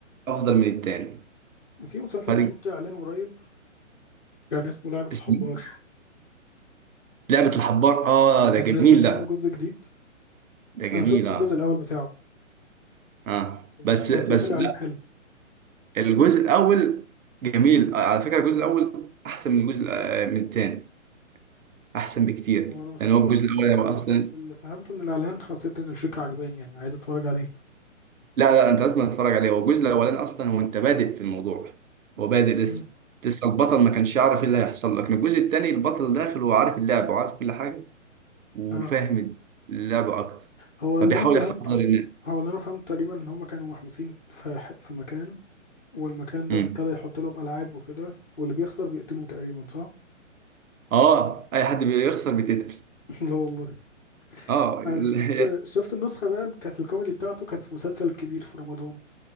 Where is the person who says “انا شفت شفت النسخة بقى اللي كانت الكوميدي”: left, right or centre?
Left